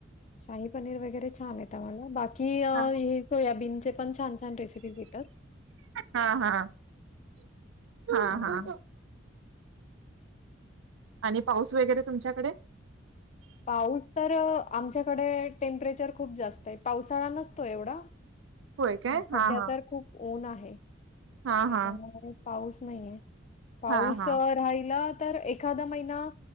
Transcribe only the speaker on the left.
शाही पनीर वगैरे छान आहे. मला बाकी अ
हे सोयाबीन चे पण छान छान रेसिपीज येतात
छान
आहे.
पाऊस तर आमच्याकडे टेम्परेचर खूप जास्त आहे. पावसाळा नसतो. एवढा
ह सध्या
तर खूप ऊन आहे.
त्याच्यामध्ये
पाऊस नाहीय. पाऊस
राहिला. तर एखादा महिना